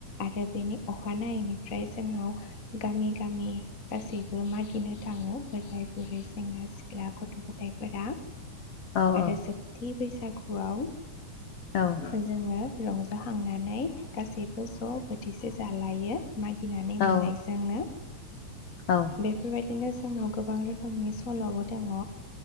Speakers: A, on the left (about 35°); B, on the left (about 70°).
A: आरो बेनि अखानायै नायैनि ओमफ्राय जोंनाव गामि गामि गासैबो मागिनो थाङो बोराय बुरै सेंग्रा सिख्ला गथ' गथायफोरा
B: औ औ
A: आरो जोबथि बैसागु खुवाउ
B: औ
A: जोङो रंजा खांनानै गासैबो ज' बोथिसे जालायो मागिनानै
B: औ
A: मोननायजोंनो
B: नोंथां औ औ
A: बेफोर बायदिनो जों जोंनाव गोबां रोखोम खोमनि सल'आबो दङ